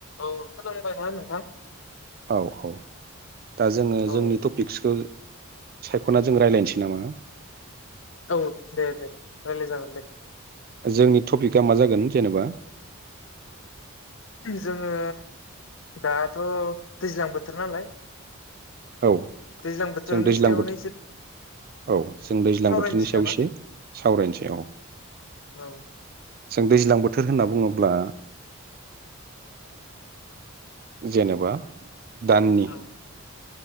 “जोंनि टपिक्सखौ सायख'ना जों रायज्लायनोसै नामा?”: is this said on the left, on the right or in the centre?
Right